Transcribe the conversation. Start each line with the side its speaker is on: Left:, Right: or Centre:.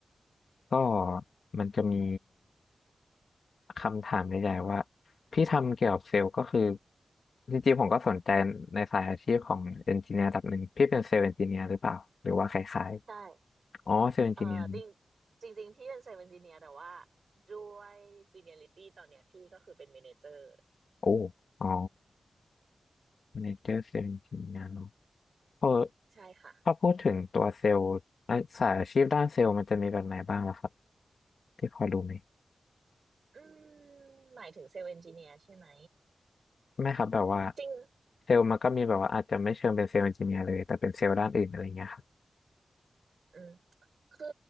Left: ก็มันจะมีคำถามใหญ่ๆว่าพี่ทำเกี่ยวกับเซลล์ก็คือจริงๆผมก็สนใจในสายอาชีพของเอนจิเนียร์ระดับหนึ่งพี่เป็นเซลล์เอนจิเนียร์หรือเปล่าหรือว่าคล้าย
Right: ใช่
Left: ๆอ๋อเซลล์เอนจิเนียร์
Right: เออจริงจริงๆพี่เป็นเซลล์เอนจิเนียร์แต่ว่าด้วยซีเนียริตี้ตอนเนี้ยพี่ก็คือเป็นเมเนเจอร์
Left: โอ้อ๋อ แมเนเจอร์เซลล์ทีมงานเนาะเออ
Right: ใช่ค่ะ
Left: ถ้าพูดถึงตัวเซลล์อ่ะสายอาชีพด้านเซลล์มันจะมีแบบไหนบ้างล่ะครับที่พอรู้ไหม
Right: อืมหมายถึงเซลล์เอนจิเนียร์ใช่ไหม
Left: ไม่ครับแบบว่า
Right: จริง
Left: เซลล์มันก็มีแบบว่าอาจจะไม่เชิงเป็นเซลล์เอนจิเนียร์เลยแต่เป็นเซลล์ด้านอื่นอะไรเงี้ยครับ
Right: อืมคือ